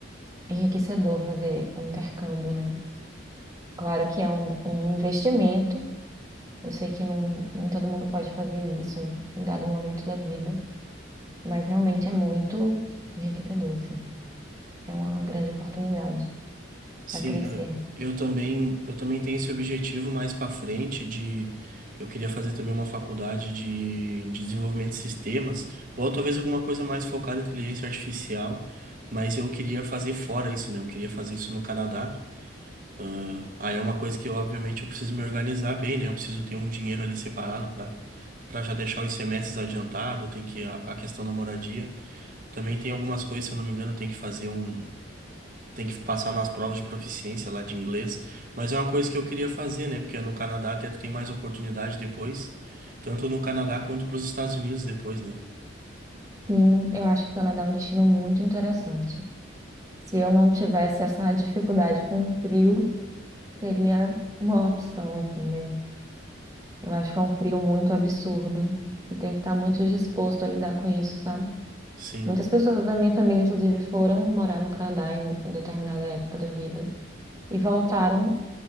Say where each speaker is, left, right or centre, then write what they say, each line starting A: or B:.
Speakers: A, on the right (about 15°); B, on the right (about 45°).
A: enriquecedor fazer um intercâmbio, né? Claro que é um, um investimento. Eu sei que não, nem todo mundo pode fazer isso em dado momento da vida, mas realmente é muito enriquecedor, assim. É uma grande oportunidade
B: Sim,
A: para crescer.
B: eh, eu também, eu também tenho esse objetivo mais para frente de eu queria fazer também uma faculdade de desenvolvimento de sistemas, ou talvez alguma coisa mais focada em inteligência artificial, mas eu queria fazer fora isso, né? Eu queria fazer isso no Canadá. Ah, aí é uma coisa que, obviamente, eu preciso me organizar bem, né? Eu preciso ter um dinheiro ali separado para para já deixar os semestres adiantado, tem que a, a questão da moradia. Também tem algumas coisas, se eu não me engano, tem que fazer um tem que passar nas provas de proficiência lá de inglês, mas é uma coisa que eu queria fazer, né? Porque no Canadá até tu tem mais oportunidade depois, tanto no Canadá quanto para os Estados Unidos depois, né?
A: Sim, eu acho que o Canadá é um destino muito interessante. Se eu não tivesse essa dificuldade com o frio, seria uma opção, assim, mas eu acho que é um frio muito absurdo. Você tem que estar muito disposto a lidar com isso, sabe?
B: Sim,
A: Muitas pessoas da minha família, inclusive, foram morar no Canadá em, em determinada época da vida e voltaram